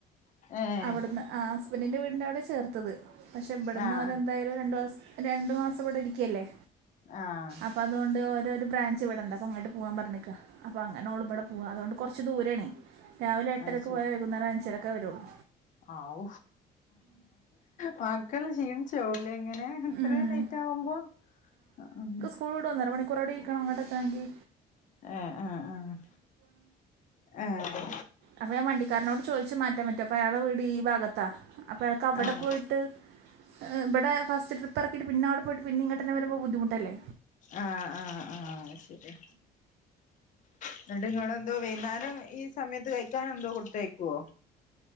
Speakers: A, on the left; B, on the right.
A: ആഹ്
B: അവിട്ന്ന് ആ ഹസ്ബൻഡിന്റെ വീടിന്റെ അവിടെ ചേർത്തത്. പക്ഷെ ഇവ്ട്ന്ന്
A: ആഹ്
B: അവരെന്തായാലും രണ്ടുമാസ രണ്ട് മാസം ഇവിടെ ഇരിക്കല്ലേ?
A: ആഹ്
B: അപ്പ അത് കൊണ്ട് ഓരൊരു ബ്രാഞ്ച് ഇവടണ്ട്. അപ്പൊ അങ്ങട്ട് പോവാൻ പർഞ്ഞക്ക. അപ്പൊ അങ്ങാനോള് ഇബെടെ പോവാ അതോണ്ട് കൊർച്ച് ദൂരെണേ. രാവിലെ എട്ടരയ്ക്ക്
A: അത്
B: പോയാ വൈകുന്നേരം അഞ്ചരക്ക വരൊള്ളൂ.
A: ആഔ മക്കള് ക്ഷീണിച്ചോവൂലെ ഇങ്ങനെ? ഇത്രേം
B: ഉം
A: ലേറ്റ് ആകുമ്പോ? അഹ്
B: സ്‌കൂള് വിടും. ഒന്നര മണിക്കൂറവ്ടെ ഇരിക്കണം ഇങ്ങട്ടത്തെണങ്കി.
A: എ എഹ് ആഹ്. ഏഹ്.
B: അപ്പൊ ഞാൻ വണ്ടിക്കാര്നോട് ചോയ്ച്ച് മാറ്റാൻ പറ്റോ. അപ്പയാളെ വീട് ഈ ഭാഗത്താ. അപ്പൊ അയാൾക്ക് അവടെ
A: ആഹ്
B: പോയിട്ട് ഏഹ് ഇബടെ ഫസ്റ്റ് ട്രിപ്പെറക്കീട്ട് പിന്നവിടെ പോയീട്ട് പിന്നീ ഇങ്ങട്ടന്നെ വരുമ്പോ ബുദ്ധിമുട്ടല്ലെ?
A: ആഹ് ആഹ് ആഹ് അത് ശെര്യ. ഇന്നട്ട് ഇങ്ങളെന്തോ വൈന്നാരം ഈ സമയത്ത് കഴിക്കാൻ എന്തോ കൊടുത്തയ്ക്കോ?